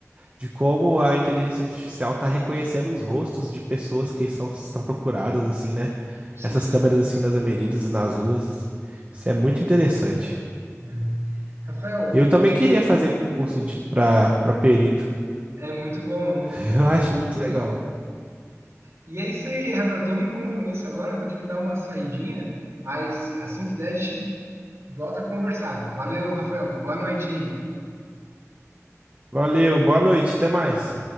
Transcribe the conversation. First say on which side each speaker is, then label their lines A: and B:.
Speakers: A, on the right; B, on the right.
A: de como a inteligência artificial tá reconhecendo os rostos de pessoas que são, estão procuradas assim, né?
B: Sim.
A: Nessas câmeras assim nas avenidas, nas ruas. Isso é muito interessante.
B: né? Rafael,
A: Eu também queria fazer concurso de para para perito.
B: é muito bom, é muito
A: <laughs>
B: bom.
A: Eu acho muito legal.
B: E é isso aí, Rafael. Tem um compromisso agora, vou ter que dar uma saidinha, mas assim que der, a gente volta a conversar. Valeu, Rafael. Boa noite aí.
A: Valeu, boa noite, até mais.